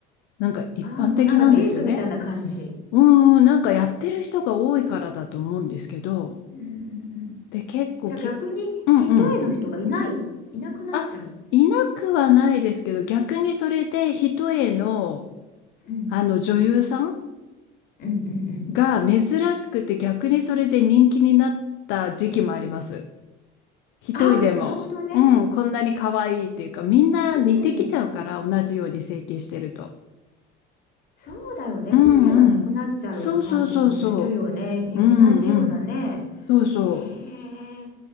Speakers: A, on the left (about 70°); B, on the left (about 50°).
A: なんか一般的なんですよね。
B: ああ、もうなんかメイクみたいな感じ。
A: うーん、なんかやってる人が多いからだと思うんですけど、
B: うん、うん、うん。
A: で、結構聞く。
B: じゃあ逆に、
A: うんうん。
B: 一重の人がいない、いなくなっちゃう。
A: あ、いなくはないですけど、逆にそれで一重の、
B: うん、
A: あの女優さん
B: うん、うん、うん。
A: が珍しくて逆にそれで人気になった時期もあります。一重でも。
B: ああ、なるほどね。
A: うん、こんなに可愛いっていうか、みんな似てきちゃうから、
B: うん、
A: 同じように整形してると。
B: そうだよね。
A: うんうん。
B: 個性がなくなっちゃう感じもするよね。
A: そうそうそうそ
B: に、
A: う。
B: 同じようなね。
A: うんうん。そうそう。
B: へえ。